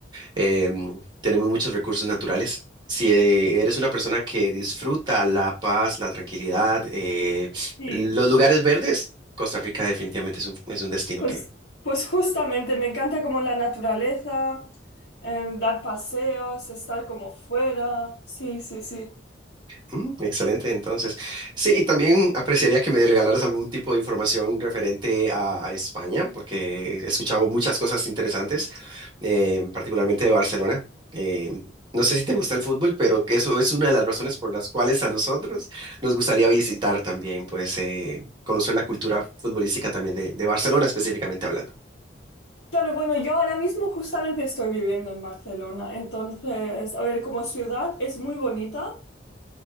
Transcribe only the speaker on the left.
Sí,
pues, pues justamente me encanta como la naturaleza, eh, dar paseos, estar como fuera, sí, sí, sí.
Claro, bueno, yo ahora mismo justamente estoy viviendo en Barcelona, entonces, a ver, como ciudad es muy bonita,